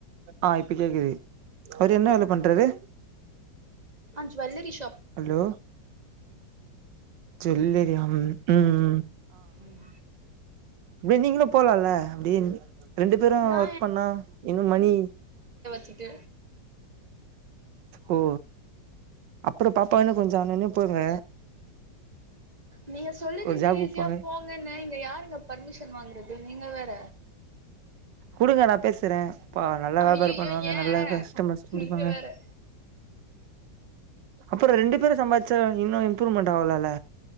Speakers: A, on the right (about 80°); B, on the right (about 25°).
A: ஆ இப்ப கேக்குது அவுரு என்ன வேல பண்றாரு
B: ஜூவல்லரி சு
A: ஹலோ ஜூவல்லரியாம் உம்
B: உம்
A: விர்ந்தீங்னா போலால அப்டியே ரெண்டு பேரு
B: நா
A: ஒர்க் பண்ணா இன்னு மணி
B: சிட்டு
A: ஓ அப்புறோ பாப்பாவ இன்னு கொஞ்சோ ஆனோனே போங்க
B: நீங்க சொல்லிற்றீங்க
A: ஒரு ஜாபுக்கு
B: ஈஸியா
A: போங்க
B: போங்கன்னு இங்க யாருங்க பர்மிஷன் வாங்றது நீங்க வேற
A: குடுங்க நா பேசுறே பா நல்லா
B: ஐயையோ
A: வியாபார பண்ணுவாங்க
B: ஏ
A: நல்ல கஸ்ட்டமர்ஸ் புடிப்பாங்க
B: நீங்க வேற
A: அப்புற ரெண்டு பேரு சம்பார்ச் சோ இன்னு இம்ப்புரூவ்மண்ட் ஆவுலல்ல